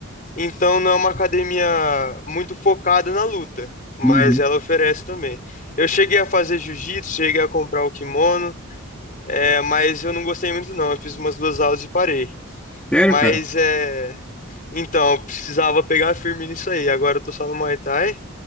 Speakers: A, on the left (about 40°); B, in the centre.
A: Então não é uma academia muito focada na luta, mas
B: uhum.
A: ela oferece também. Eu cheguei a fazer Jiu-Jitsu, cheguei a comprar o kimono, é, mas eu não gostei muito não. Eu fiz umas duas aulas e parei.
B: Sério,
A: Mas
B: cara?
A: é, então eu precisava pegar firme nisso aí. Agora eu tô só no Muay Thai